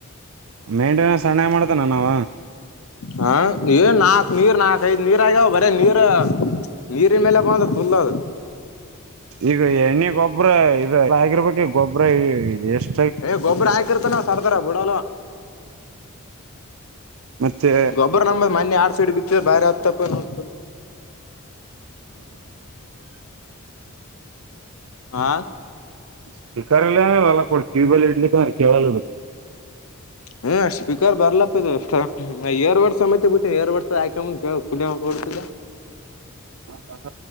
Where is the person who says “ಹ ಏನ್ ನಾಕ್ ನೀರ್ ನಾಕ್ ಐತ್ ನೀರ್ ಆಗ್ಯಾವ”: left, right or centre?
Left